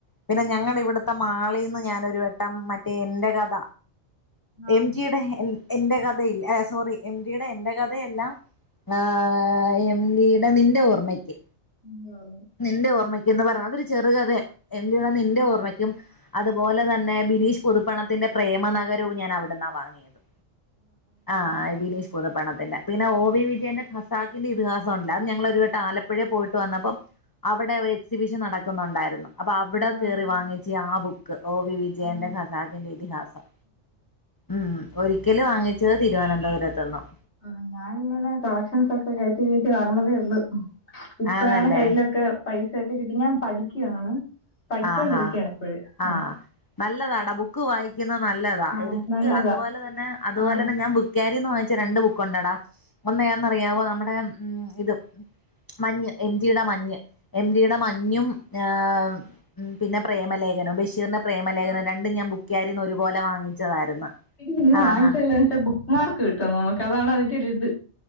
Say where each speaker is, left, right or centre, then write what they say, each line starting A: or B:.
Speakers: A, on the left (about 20°); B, on the left (about 60°).
A: പിന്നെ ഞങ്ങടെ ഇവിടുത്തെ മാളിന്ന് ഞാനൊരു വെ ട്ടം മറ്റേ എന്റെ കഥ
B: ആഹ്.
A: എം ജിയുടെ എൻ എൻ്റെ കഥയില്ലെ സോറി എം ജി യുടെ എൻ്റെ കഥയല്ല ആഹ് എം ടി ട നിന്റെ ഓർമ്മയ്ക്ക്.
B: <unintelligible>
A: നിന്റെ ഓർമ്മയ്ക്ക ന്ന് പർഞ. അതൊരു ചെറുകതെ എം ടി ടേ നിന്റെ ഓർമ്മക്കും. അതുപോലെ തന്നെ ബിനീഷ് പുതുപ്പണത്തിന്റെ പ്രേമ നഗരവും ഞാൻ അവിട ന്നാ വാങ്യതും. ആഹ് ബിനേഷ് പുതുപണത്തിന്റെ, പിന്നെ ഓ വി വിജയന്റെ ഖസാക്കിന്റെ ഇത്ഹാസ ണ്ട്, അത് ഞങ്ങളൊരു വട്ടം ആലപ്പുഴയിൽ പോയിട്ട് വന്നപ്പം. അവടെ ഒര് എക്സിബിഷൻ നടക്കുന്നുണ്ടായിരുന്നു. അപ്പൊ അവ്ടെ
B: ആഹ്
A: കേറി വാങ്ങിച്ച് ആ ബു ക്ക്. ഓ വി വിജയന്റെ
B: ആഹ്.
A: ഖസാക്കിന്റെ ഇതിഹാസം. ഉം ഒരിക്കല് വാങ്ങിച്ചത് തി രുവനന്തപുരത്ത് ന്നും.
B: ആ ഞാനിങ്ങനെ കളക്ഷൻസ് ഒക്കെ കയറ്റി കയറ്റി വർന്നതേ ഒള്ളു. ഇപ്പഴാണ്
A: ആന്നല്ലേ
B: കയ്യിലൊക്കെ പൈസയൊക്കെ കിട്ടി, ഞാൻ പഠിക്കുവാണ്. പഠിച്ചോണ്ടിരിക്കയാണ്
A: ആഹാ
B: ഇപ്പഴ്.
A: ആഹ്
B: ആ.
A: നല്ലതാടാ ബുക്ക് വായിക്കുന്ന നല്ലതാ.
B: ആഹ്
A: എനിക്ക്
B: നല്ലതാ
A: അതുപോലെ തന്നെ അതുപോലെ
B: ആഹ്.
A: തന്നെ ഞാൻ ബു കേരിന്ന് വാങ്ങിച്ച രണ്ട് ബുക്കുണ്ടടാ ഒന്ന് ഏതന്നറിയാവോ? നമ്മടെ ഉം ഇത്, മഞ്ഞ് എം. ടി ടെ മഞ്ഞ്, എം. ടി ടെ മഞ്ഞും ഏഹ്, ഉം പിന്നെ പ്രേമലേഖനം, ബഷീറിന്റെ പ്രേമലേഖനം രണ്ടും ഞാൻ ബു ക്ക്ലാരിന്ന് ഒരു പോലെ വാങ്ങിച്ചതായിരുന്നു.
B: ഇന്ന്
A: ആഹ്
B: വാങ്ങിച്ചേല്
A: ആ.
B: വെച്ചാ ബുക്ക് മാർക്ക് കിട്ടും നമുക്കതാണ് അതിന്റെ ഒരിത്.